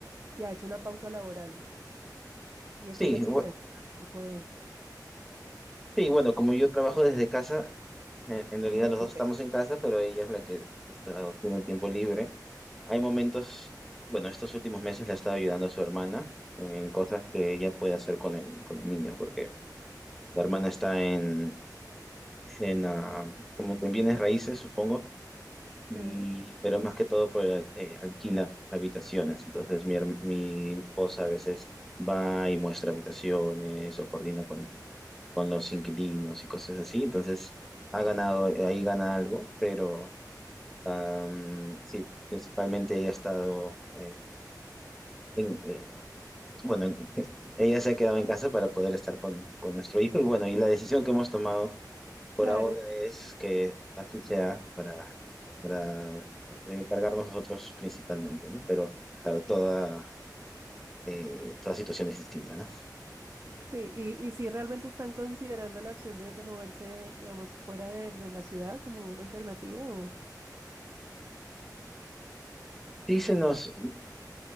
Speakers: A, on the right; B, in the centre.
A: y ha hecho una pausa laboral. Y es
B: Sí,
A: ella quien
B: bu-
A: se ha encargado un poco de...
B: sí, bueno, como yo trabajo desde casa, eh, en realidad
A: Mm,
B: los dos
A: ok.
B: estamos en casa, pero ella es la que está, tiene el tiempo libre. Hay momentos, bueno, estos últimos meses le ha estado ayudando a su hermana en cosas que ella puede hacer con el, con el niño, porque la hermana está en, en, ah, como que en bienes raíces, supongo,
A: Sí,
B: y, pero más que todo por el- eh, alquila habitaciones. Entonces mi, herm- mi, mi esposa a veces va y muestra habitaciones o coordina con, con los inquilinos y cosas así. Entonces ha ganado, eh, ahí gana algo, pero am, sí, principalmente ella ha estado, eh, en- eh, bueno, en- <laughs> ella se ha quedado en casa para poder estar con, con nuestro hijo. Y bueno, y la decisión que hemos tomado
A: claro.
B: por ahora es que así sea para, para encargarnos nosotros principalmente, ¿no? Pero claro, toda, eh, toda situación es distinta, ¿no?
A: Sí, y, y si realmente están considerando la opción de, de moverse, digamos, fuera de, de la ciudad como una alternativa o...
B: Sí, se nos